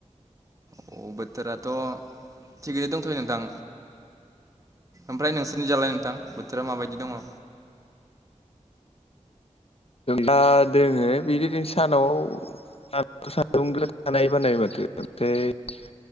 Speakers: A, on the right; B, on the left.
A: अ बोथोराथ' थिगैनो दंथ'यो नोंथां। ओमफ्राय नोंसोरनि जालाय नोंथां बोथोरा माबायदि दङ?
B: दा दोङो बिदिनो सानाव <unintelligible>